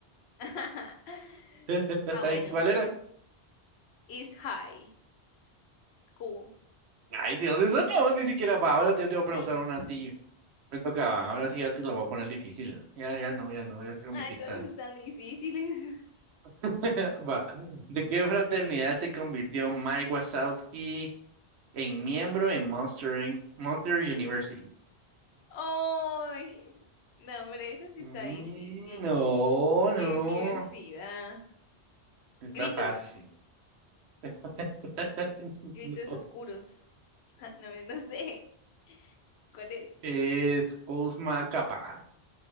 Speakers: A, on the left; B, on the right.
A: <laughs>
B: <laughs>
A: Ah,
B: Ay,
A: bueno.
B: ¿Cuál era?
A: Is High School.
B: Ay, Dios, eso no, ni siquiera va. Ahora yo te voy a preguntar
A: Click.
B: una a ti. Me tocaba, ahora sí ya te lo voy a poner difícil. Ya, ya no, ya no, yo quiero
A: Ay,
B: mi pizza.
A: todas están difíciles. <laughs>
B: <laughs> Va. ¿De qué fraternidad se convirtió Mike Wazowski en miembro en Monster, Inc- Monster University?
A: Ay, no, hombre, esa sí
B: Mm,
A: está difícil.
B: No, no,
A: ¿Qué universidad?
B: está
A: Gritos,
B: fácil. <laughs>
A: gritos
B: No,
A: oscuros. <laughs> Ja, No, hombre, no sé cuál es.
B: es Uzmacapa.